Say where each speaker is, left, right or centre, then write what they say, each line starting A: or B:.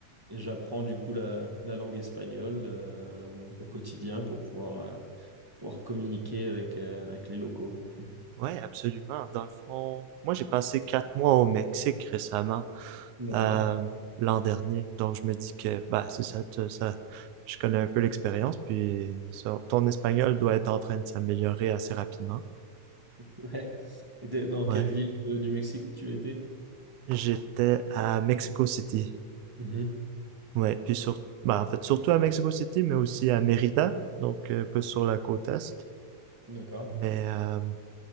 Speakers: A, on the right (about 15°); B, on the right (about 80°).
A: Et j'apprends du coup la, la langue espagnole euh, au quotidien pour pouvoir, euh, pour pouvoir communiquer avec, euh, avec les locaux. <laughs>
B: Ouais, absolument. Dans le fond, moi j'ai passé quatre mois au Mexique récemment,
A: D'accord.
B: euh, l'an dernier. Donc je me dis que bah c'est ça, tu- ça, je connais un peu l'expérience. Puis ça- ton espagnol doit être en train de s'améliorer assez rapidement.
A: Ouais. Et t'es- dans
B: Ouais.
A: quelle ville euh, du Mexique tu étais?
B: J'étais à Mexico City.
A: Mhm.
B: Ouais. Puis sur, bah en fait surtout à Mexico City, mais aussi à Mérida, donc euh, plus sur la côte est.
A: D'accord.
B: Mais euh,